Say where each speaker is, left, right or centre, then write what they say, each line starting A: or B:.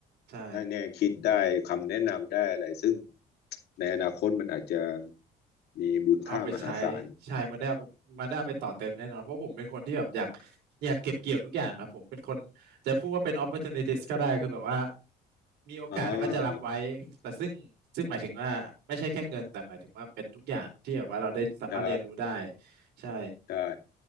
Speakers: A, on the right; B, on the left.
A: ใช่
B: ได้แนวคิดได้คำแนะนำได้อะไรซึ่งในอนาคตมันอาจจะมีมูลค่ามหาศาล
A: เอาไปใช้ใช่มันได้เอาไปมันได้เอาไปต่อเติมแน่นอนเพราะผมเป็นคนที่แบบอยากอยากเก็บเกี่ยวทุกอย่างครับผมเป็นคนจะพูดว่าเป็น opportunities ก็ได้คือแบบว่ามีโอกาสก็จะรับไว้แต่ซึ่งซึ่งหมายถึงว่าไม่ใช่แค่เงินแต่หมายถึงว่าเป็นทุกอย่างที่แบบว่าเราได้สามารถเรียนรู้ได้
B: อ่าได้
A: ใช่
B: ได้